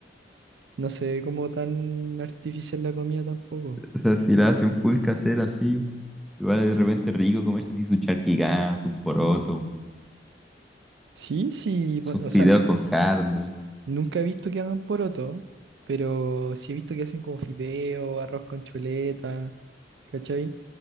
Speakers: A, on the right; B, in the centre.
A: No se ve como tan artificial la comida tampoco.
B: O sea, si la hacen full casera así, igual de repente es rico comerse así su charquigán, su poroto,
A: Sí, sí,
B: sus
A: pon- o
B: fideos
A: sea, n-
B: con carne.
A: nunca he visto que hagan poroto, pero sí he visto que hacen como fideo, arroz con chuleta, ¿cachai?